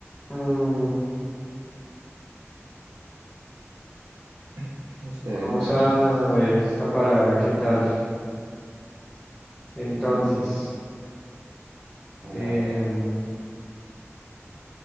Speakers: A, in the centre; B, on the right (about 80°).
A: Mm,
B: <clears throat> Usted
A: vamos
B: de nuevo.
A: a ver esta palabra, ¿qué tal? Entonces,
B: Mm, está
A: em,
B: larga.